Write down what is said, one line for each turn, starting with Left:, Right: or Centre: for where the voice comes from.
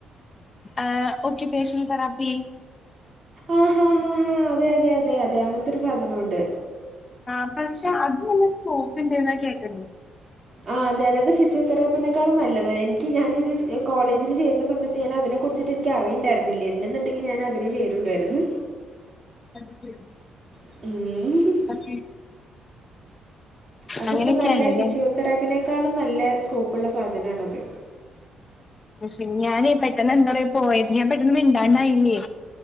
Left: ഏഹ് ഒക്കിപേഷണൽ തെറാപ്പി
Right: ആ ആ ആ അതെ അതെ അതെ അതെ അങ്ങനത്തെരു സാധനംണ്ട്
Left: ആ പക്ഷെ അത്ല്ലെ സ്കോപ്പ് ഉണ്ട് എന്ന കേക്കണ്ടോ
Right: ആഹ് അതെയതെ. അതായത് ഫിസിയോതെറാപ്പിനേക്കാളും നല്ലത് എനിക്ക് ഞാന് ഇത് കോളേജിൽ ചേര്ന സമയത്ത് ഞാൻ അതിനെ കുറിച്ചിട്ട് നിക്ക് അറിയുണ്ടരുന്നില്ല ണ്ടുന്ന്ണ്ടെങ്കിൽ ഞാനതിനെ ചേരുള്ളായിരുന്നു
Left: അത് ശരി
Right: ഏ
Left: ഓക്കെ
Right: അതിപ്പം
Left: അങ്ങനെയൊക്കെയാണല്ലേ
Right: നല്ല ഫിസിയോതെറാപ്പിനേക്കാളും നല്ല സ്കോപ്പുള്ള സാധനാണത്.
Left: പക്ഷെ ഞാനേ പെട്ടെന്ന് എന്താ റിയോ പോയത് ഞാൻ പെട്ടെന്ന് മിണ്ടാണ്ടായില്ലേ